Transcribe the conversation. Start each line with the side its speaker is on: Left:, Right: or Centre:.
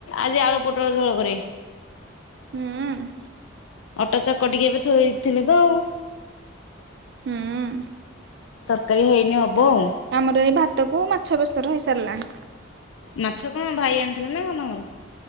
Left: ଆଜି ଆଳୁ ପୋଟଳ ଝୋଳ କରିବି।
Right: ହୁଁ।
Left: ଅଟୋ ଚକଟିକି ଏବେ ଥୋଇ ଥିଲେ ତ ଆଉ।
Right: ହୁଁ।
Left: ତରକାରୀ ହେଇନି ହବ ଆଉ।
Right: ଆମର ଏଇ ଭାତ କୁ ମାଛ ବେସର ହେଇ ସାରିଲାଣି।
Left: ମାଛ କଣ ଭାଇ ଆଣିଥିଲେ ନା କଣ ତମର?